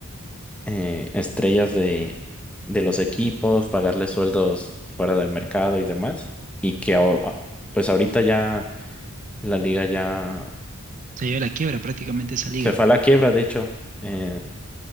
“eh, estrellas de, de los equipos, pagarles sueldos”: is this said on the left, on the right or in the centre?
Centre